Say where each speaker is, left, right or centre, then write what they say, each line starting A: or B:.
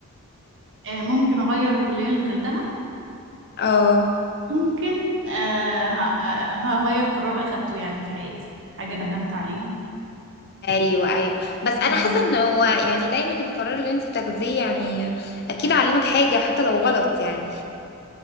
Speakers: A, on the right; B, on the left.
A: آه ممكن اغير الكلية اللي دخلتها
B: اه
A: ممكن آه ه- آه، هغير قرار أخدته يعني في حياتي حاجة ندمت عليها
B: ايوه ايوه بس
A: مم.
B: انا حاسه ان هو يعني دايما القرار اللي انت بتاخديه يعني اكيد علمك حاجه حتى لو غلط يعني